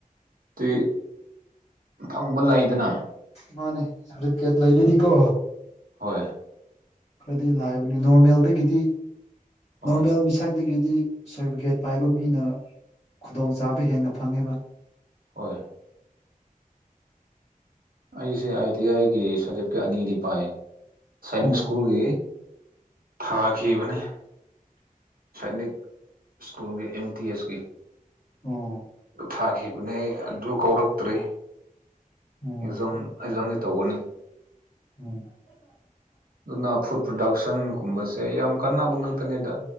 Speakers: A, on the right (about 80°); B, on the left (about 45°).
A: ꯇꯤ ꯐꯪꯕ ꯂꯩꯗꯅ
B: ꯃꯥꯅꯦ ꯔꯤꯀꯦꯠ ꯂꯩꯔꯗꯤ ꯀꯣ
A: ꯍꯣꯏ
B: ꯈ꯭ꯔꯗꯤ ꯂꯥꯏꯕꯅꯦ ꯅꯣꯔꯃꯦꯜꯗꯒꯤꯗꯤ
A: ꯍꯣꯏ
B: ꯅꯣꯔꯃꯦꯜ ꯃꯤꯁꯛꯇꯒꯤꯗꯤ ꯁꯔꯕꯤꯒꯦꯠ ꯄꯥꯏꯕ ꯃꯤꯅ ꯈꯨꯗꯣꯡꯆꯥꯕ ꯍꯦꯟꯅ ꯐꯪꯉꯦꯕ
A: ꯍꯣꯏ ꯑꯩꯁꯦ ꯑꯥꯏ ꯇꯤ ꯌꯥꯏꯒꯤ ꯁꯗꯤꯕꯤꯒꯦꯠ ꯑꯅꯤꯗꯤ ꯄꯥꯏꯌꯦ ꯁꯥꯏꯅꯤꯡ
B: ꯑꯣ
A: ꯁ꯭ꯀꯨꯜꯒꯤ ꯊꯥꯈꯤꯕꯅꯦ ꯁꯥꯏꯅꯤꯛ ꯁ꯭ꯀꯨꯜꯒꯤ ꯑꯦꯝ ꯇꯤ ꯌꯦꯁꯀꯤ
B: ꯑꯣ
A: ꯊꯥꯈꯤꯕꯅꯦ ꯑꯗꯨ ꯀꯧꯔꯛꯇ꯭ꯔꯤ
B: ꯎꯝ
A: ꯑꯦꯖꯝ ꯑꯦꯖꯝꯗꯤ ꯇꯧꯒꯅꯤ꯫
B: <inaudible>
A: ꯗꯨꯅ ꯐꯨꯗ ꯄ꯭ꯔꯗꯛꯁꯟ ꯀꯨꯝꯕꯁꯦ ꯌꯥꯝ ꯀꯥꯟꯅꯕ ꯉꯛꯇꯅꯦꯗ꯫